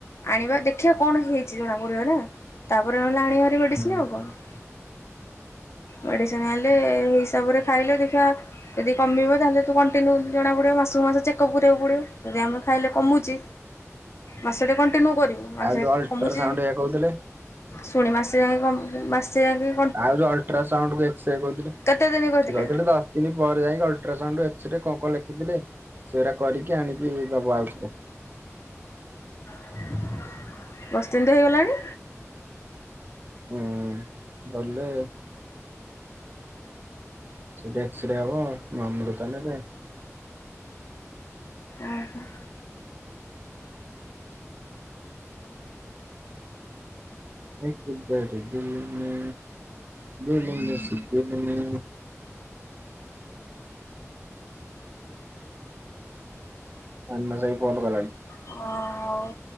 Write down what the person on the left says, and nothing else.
ଆଣିବା ଦେଖିବା କଣ ହେଇଛି ଜଣାପଡିବ ନା ତାପରେ ନହେଲେ ଆଣିବା ହାରି ମେଡିସିନ
ଆଉ କଣ। ମେଡିସିନ ଆଇଁଲେ ହିସାବରେ ଖାଇଲେ ଦେଖିବା ଯଦି କମିବ ତାହେଲେ ତ କଣ୍ଟିନ୍ୟୁ ଜଣା ପଡ଼ିବ ମାସକୁ ମାସ ଚେକଅପ୍ କରିବାକୁ ପଡ଼ିବ ଯଦି ଆମେ ଖାଇଲେ କମୁଛି ମାସଟେ କଣ୍ଟିନ୍ୟୁ କରିବୁ ମାସେ
କମୁଛି
ଶୁଣି ମାସେ ଯାଙ୍କେ କମ୍ ମାସେ ଯାଙ୍କେ
କେତେ ଦିନ କହିଥିଲେ
<unintelligible> ହେଇଗଲାଣି।
ଓ ହୋ
ଅ ହୋଉ